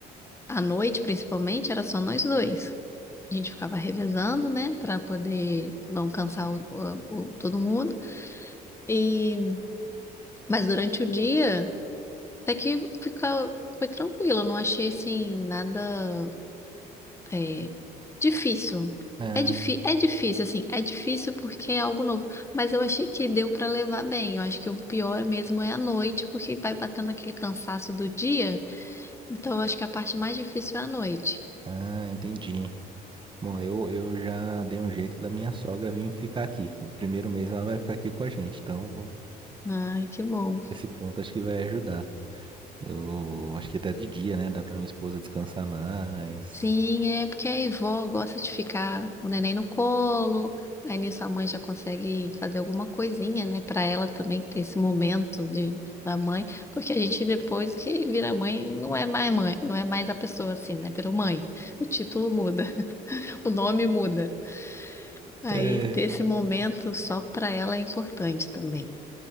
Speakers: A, on the left (about 15°); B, on the right (about 30°).
A: À noite, principalmente, era só nós dois. A gente ficava revezando, né, Pra poder não cansar o, o- o- todo mundo. E mas durante o dia, até que fica foi tranquilo. eu Não achei assim nada é, difícil.
B: Ah,
A: É, difí é difícil, assim, é difícil porque é algo novo. Mas eu achei que deu pra levar bem. Eu acho que o pior mesmo é a noite, porque vai batendo aquele cansaço do dia. Então, eu acho que a parte mais difícil é a noite.
B: ah, entendi. Bom, eu, eu já dei um jeito da minha sogra vir ficar aqui. O primeiro mês ela vai ficar aqui com a gente, então...
A: Ai, que bom.
B: Esse ponto acho que vai ajudar. Eu acho que até de dia, né? Dá pra minha esposa descansar mais.
A: Sim, é porque a avó gosta de ficar com o neném no colo, aí nisso a mãe já consegue fazer alguma coisinha, né, Pra ela também ter esse momento de, da mãe, porque a gente depois que vira mãe não é mais mãe, não é mais a pessoa assim, né, virou mãe. O título muda, <laughs> o nome muda. Aí
B: É,
A: ter esse momento só pra ela é importante também.